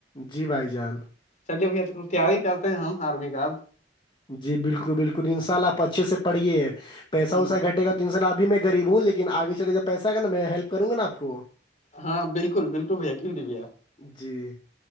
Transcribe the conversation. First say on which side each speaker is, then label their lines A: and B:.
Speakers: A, on the left; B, on the left.
A: جی بھائی جان
B: چلیے بھیا تیاری کرتے ہیں ہم آرمی کا اب
A: جی بالکل بالکل ان شاء اللہ آپ اچھے سے پڑھیے پیسا
B: ہ
A: ویسا گٹے گا تو ت سالبھی میں گریب ہوں لیکنگے چل جبیسا نا میں ہیلپ کروں گا آپ کو
B: ہاں بالکل بالکل بھیا کیوںٹ بھیا
A: جی